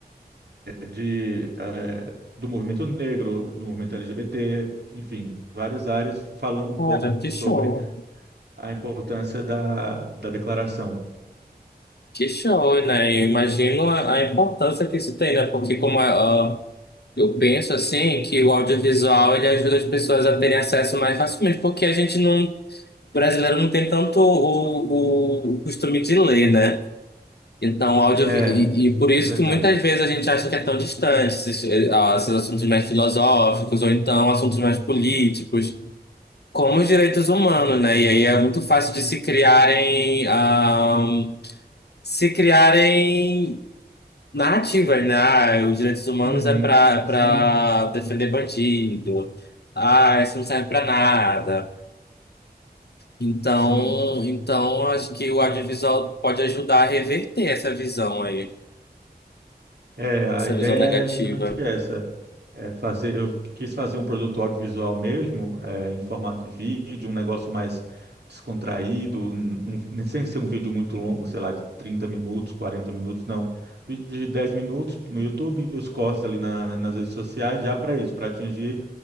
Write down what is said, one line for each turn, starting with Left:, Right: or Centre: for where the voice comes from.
Right: de, eh, do movimento negro, do movimento LGBT, enfim, várias áreas falando um
Left: Cara,
Right: pouco
Left: que
Right: sobre
Left: show.
Right: a importância da, da declaração.
Left: Que show, né? Eu imagino a, a importância que isso tem, né? Porque como a, Eu penso assim que o audiovisual ele ajuda as pessoas a terem acesso mais facilmente, porque a gente não, o brasileiro não tem tanto o, o, o costume de ler, né? Então, áudio
Right: É,
Left: e, e por isso
Right: é verdade.
Left: que muitas vezes a gente acha que é tão distante esses, eh, ah, esses assuntos mais filosóficos ou então assuntos mais políticos, como os direitos humanos, né? E aí é muito fácil de se criarem, ah, se criarem narrativas, né? Ah, os direitos humanos
Right: Uhum.
Left: é pra,
Right: Sim,
Left: pra defender bandido. Ah, isso não serve pra nada. Então,
Right: sim.
Left: então acho que o audiovisual pode ajudar a reverter essa visão aí,
Right: É, a
Left: essa
Right: ideia
Left: visão negativa.
Right: é justamente essa, é, fazer, eu quis fazer um produto audiovisual mesmo, é, em formato de vídeo, um negócio mais descontraído, um- um- sem ser um vídeo muito longo, sei lá, de 30 minutos, 40 minutos, não. Vídeo de 10 minutos no YouTube e os cortes ali na- nas redes sociais, já para isso, para atingir